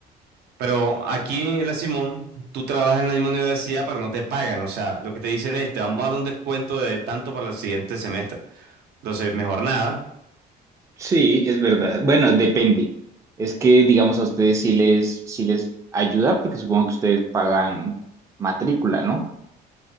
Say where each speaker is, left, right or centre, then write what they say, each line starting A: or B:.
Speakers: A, on the right (about 70°); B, on the right (about 20°).
A: Pero aquí en la Simón, tú trabajas en la misma universidad, pero no te pagan. O sea, lo que te dicen es, te vamos a dar un descuento de tanto para el siguiente semestre. Entonces, mejor nada.
B: Sí, es verdad. Bueno, depende. Es que, digamos, a ustedes sí les, sí les ayuda porque supongo que ustedes pagan matrícula, ¿no?